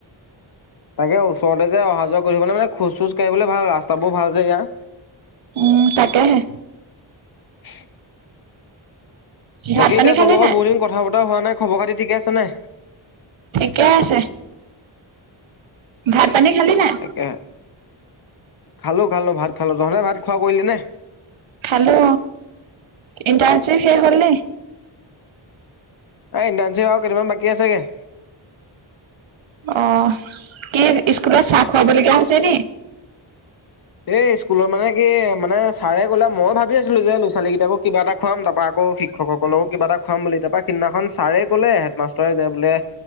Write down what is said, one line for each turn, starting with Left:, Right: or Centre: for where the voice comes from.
Left: তাকে ওচৰতে যে অহা যোৱা কৰিবলৈ মানে খোজ চোজ কঢ়িবলৈ ভাল ৰাস্তাবোৰ ভাল যে ইয়াৰ
Right: উম, তাকেহে
Left: <unintelligible>
Right: ভাত
Left: বাকী
Right: পানী
Left: এতিয়া
Right: খালি
Left: তোৰ লগৰ
Right: নাই
Left: বহুতদিন কথা বতৰা হোৱা নাই খবৰ খাতি ঠিকে আছেনে।
Right: ঠিকে আছে। ভাত পানী খালি। নাই
Left: তাকে খালো, খালো ভাত খালো তহলে ভাত খোৱা কৰিলি নে
Right: খালো ইনটাৰশিপ শেষ হ'ল নি।
Left: এ ইন্তাৰনচিপ আৰু কেইদিনমান বাকি আছে গে।
Right: অ', কি স্কুলত চাহ খুৱাবলগীয়া হৈছে নি?
Left: এই স্কুলত মানে কি মানে ছাৰে গলে মই ভাবি ভাবি আছিলো যে ল' ছোৱালী কিতাকক কিবা এটা খাম তাৰপা আকৌিককসকলক কিবা এটা খাম বুলি তাৰাপৰা, সিদিনাখন ছাৰে ক'লে হেডমাষ্টৰে যায় বোলে।